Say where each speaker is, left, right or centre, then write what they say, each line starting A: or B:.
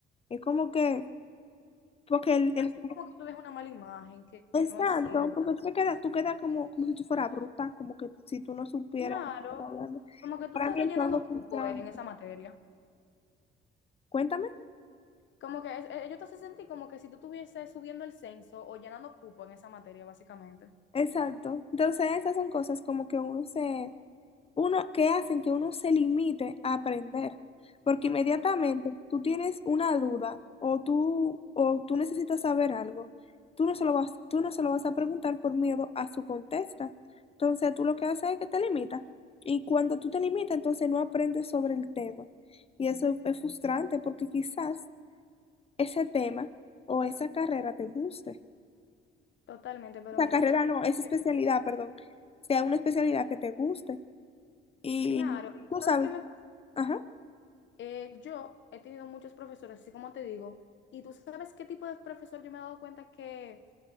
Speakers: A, on the left; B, on the left.
A: es como que, porque el,
B: así
A: el
B: como que tú ves una mala imagen
A: <laughs>
B: que
A: exacto,
B: no es cierta.
A: porque tú te quedas, tú quedas como, como si tú fueras bruta, como que si tú no supieras
B: Claro,
A: lo que estás hablando.
B: como que tú
A: Para
B: estás
A: mí
B: rellenando
A: es algo frustrante.
B: cupo eh, en esa materia.
A: Cuéntame.
B: Como que es- eh, yo te hace sentir como que si tú estuvieses subiendo el censo o llenando cupo en esa materia, básicamente.
A: Exacto. Entonces, esas son cosas como que uno se, uno, que hacen que uno se limite a aprender, porque inmediatamente tú tienes una duda o tú, o tú necesitas saber algo, tú no se lo vas, tú no se lo vas a preguntar por miedo a su contesta. Entonces tú lo que haces es que te limitas y cuando tú te limitas, entonces no aprendes sobre el tema. Y eso es frustrante porque quizás ese tema o esa carrera te guste.
B: Totalmente, pero
A: Esa
B: mira,
A: carrera
B: tú sabes
A: no, esa
B: qué?
A: especialidad, perdón, sea una especialidad que te guste. Y
B: Claro, y tú
A: tú
B: sabes
A: sabes,
B: qué me pasa.
A: ajá.
B: Eh, yo he tenido muchos profesores, así como te digo, y tú sabes qué tipo de profesor yo me he dado cuenta que